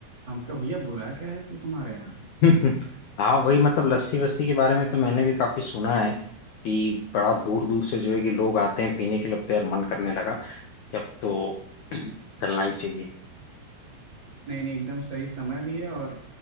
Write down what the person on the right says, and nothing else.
हम कहा भैया बुरा क्या है फिर तुम्हारे यहाँ
नहीं नहीं एकदम सही समय भी है और